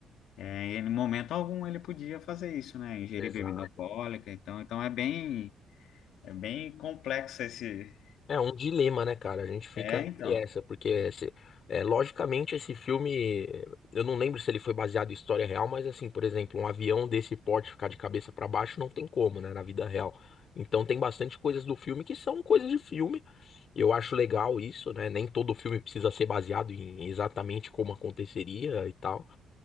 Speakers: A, on the left; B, on the left.
A: É, em momento algum ele podia fazer isso, né? Ingerir
B: Exato.
A: bebida alcoólica, então, então é bem É bem complexo esse.
B: É um dilema, né, cara? A gente fica
A: É,
B: entre
A: então.
B: essa, porque esse- é, logicamente esse filme, eh, eu não lembro se ele foi baseado em história real, mas assim, por exemplo, um avião desse porte ficar de cabeça pra baixo não tem como, né, na vida real. Então tem bastante coisas do filme que são coisas de filme. Eu acho legal isso, né? Nem todo filme precisa ser baseado em exatamente como aconteceria e tal,